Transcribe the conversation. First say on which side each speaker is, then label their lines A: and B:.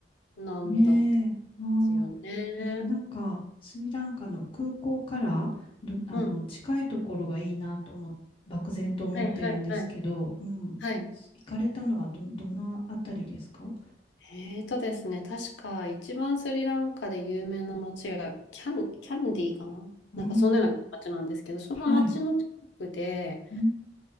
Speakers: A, on the left; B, on the left.
A: なんだったんで
B: ねえ、あー
A: すよね。
B: えーなんか、スリランカの空港からど、あの、
A: うん。
B: 近いところがいいなと思っ、漠然と思ってるんですけど、
A: はいはいはい。
B: うん。
A: はい。
B: 行かれたのはど、どのあたりですか
A: えーとですね、確か一番スリランカで有名な街がキャン、キャンディーかななんかそんなような街なんですけど、
B: うん。
A: その街の近くで、
B: はい。うん。